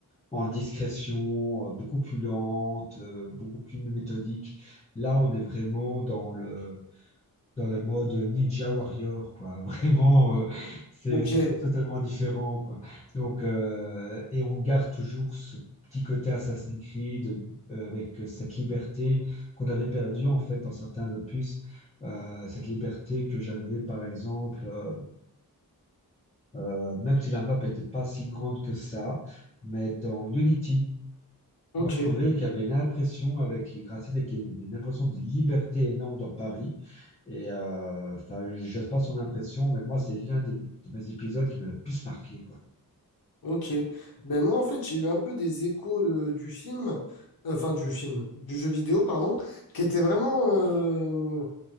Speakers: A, on the left; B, on the left.
A: en discrétion, euh, beaucoup plus lente, euh, beaucoup plus méthodique. Là, on est vraiment dans le dans le mode Ninja Warrior, quoi. <laughs> Vraiment, euh, c'est
B: Ok,
A: c'est totalement différent, quoi. Donc, euh, et on garde toujours ce petit côté Assassin's Creed euh, avec cette liberté qu'on avait perdue, en fait, dans certains opus. Euh, cette liberté que j'avais, par exemple, euh, euh, même si la map n'était pas si grande que ça, mais dans Unity.
B: ok,
A: Moi, je trouvais qu'il y avait une impression avec les gratte-ciels, qu'il y avait une impression de liberté énorme dans Paris. Et euh, enfin, je sais pas son impression, mais moi, c'est l'un de, mes de mes épisodes qui m'a le plus marqué, quoi.
B: ok. Ben moi, en fait, j'ai eu un peu des échos euh, du film, euh, enfin du film, du jeu vidéo, pardon, qui était vraiment... euh,